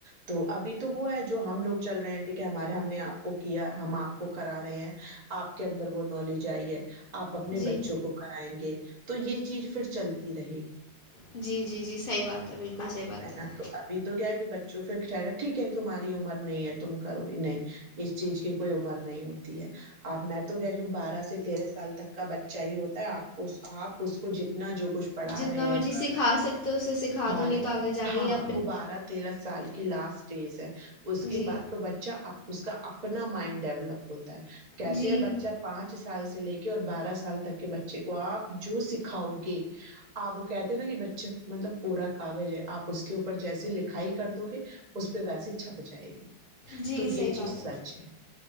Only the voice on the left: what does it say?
جی
جی جی جی صحیح بات ہے بالکل صحیح بات ہے
جتنا
مرضی
سکھا
سکتے ہو اسے سکھا دو نہیں
تو آگے جا
کےے یا
جی
جی
جی
صحیح بات